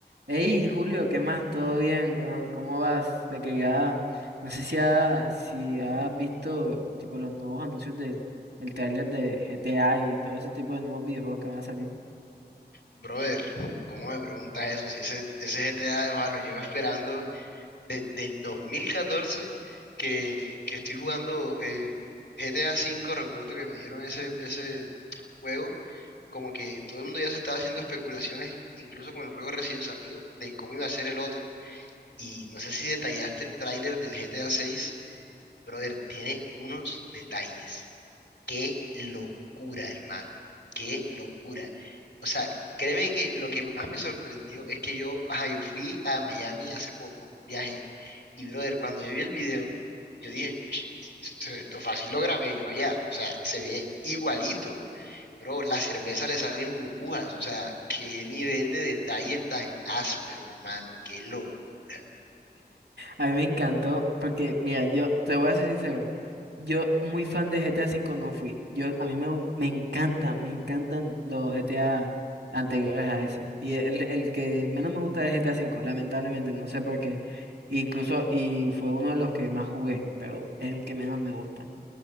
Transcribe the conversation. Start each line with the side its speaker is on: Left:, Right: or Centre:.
Right: Hey, Julio, ¿qué más? ¿Todo bien? weón? ¿Cómo vas? De que ya, no sé si, ha, si has visto tipo los nuevos anuncios del el tráiler de GTA y todo ese tipo de nuevos videojuegos que van a salir.
Left: Brother, ¿cómo me preguntas eso? Si ese, ese GTA, va, lo llevo esperando desde el 2014 que, que estoy jugando eh, GTA V, recuerdo que me dieron ese, ese juego, como que todo el mundo ya se estaba haciendo especulaciones, incluso con el juego recién salido, de cómo iba a ser el otro. Y no sé si detallaste el tráiler del GTA VI, brother, tiene unos detalles. Qué locura, hermano. Qué locura. O sea, créeme que lo que más me sorprendió es que yo, ajá, yo fui a Miami hace poco, viajé, y brother, cuando yo vi el video, yo dije, "Ch- esto esto fácil lo grabé yo allá. O sea, se ve igualito. Bro, la cerveza le salen burbujas. O sea, qué nivel de detalle tan áspero, hermano. Qué locura.
Right: A mí me encantó porque, mira, yo te voy a ser sincero, yo muy fan de GTA cinco no fui. Yo, a mí me, gu- me encantan, me encantan los GTA anteriores a ese. Y el, el que menos me gusta es GTA cinco lamentablemente, no sé por qué. Incluso, y fue uno de los que más jugué, pero es el que menos me gusta.